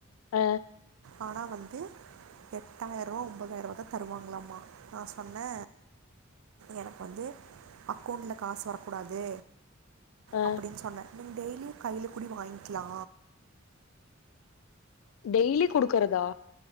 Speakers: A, on the left (about 75°); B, on the right (about 85°).
A: ஆ
B: ஆனா வந்து எட்டாயர்ரூவா ஒம்பதாயர்ரூவாதா தருவாங்களாமா. நா சொன்னே எனக்கு வந்து அக்கௌண்ட்ல காசு வரக்கூடாது
A: ஆ
B: அப்பிடின்னு சொன்னே நீங்க டெய்லியு கைல கூடியு வாங்க்கிலா
A: டெய்லி குடுக்கறதா?